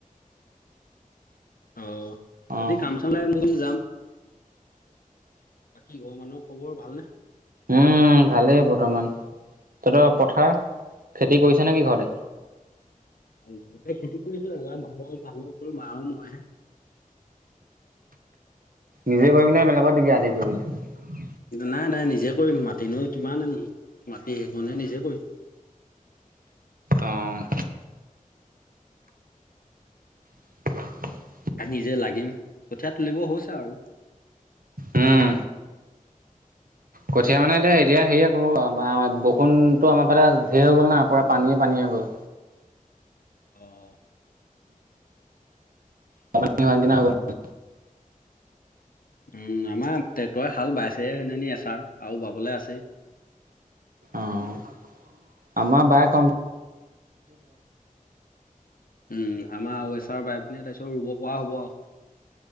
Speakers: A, on the left (about 85°); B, on the right (about 80°).
A: অহ,
B: অ'।
A: যদি কাম চলাই মই যাম। বাকী ঘৰৰ মানুহৰ খবৰ ভালনে?
B: উম, ভালেই বৰ্তমান। তহঁত পথাৰ খেতি কৰিছে নেকি ঘৰতে?
A: ঘৰতে খেতি কৰিছিলো <unintelligible> ভৰ ভাল হ'ল মাও মইহে।
B: নিজে কৰিবিনে বেলেগত দিবি আথি কৰিব
A: নাই, নাই নিজে কৰিম মাতি নো কিমান মাটি এই কন নিজে কৰিম।
B: অহ। <inaudible>
A: নিজে লাগিম কঠীয়া তুলিব হৈছে আৰু।
B: উম। কঠীয়া মানে এতিয়া এতিয়া হেৰি আ কৰো আম বৰষুণতো আমাৰ ফালে ঢেৰ হৈ গ'ল না পূৰা পানীয়ে পানী গ'ল।
A: অহ।
B: অ ভি ন <unintelligible>
A: উম, আমাৰ ট্ৰেক্টৰে হাল বাইছে এজনি এচাৰ আৰু বাবলৈ আছেই
B: অ', আমাৰ বাই কম্প
A: উম, আমাৰ ৱেচাৰ বাইপিনে তাৰপিছত ৰুব পৰা হ'ব আৰু।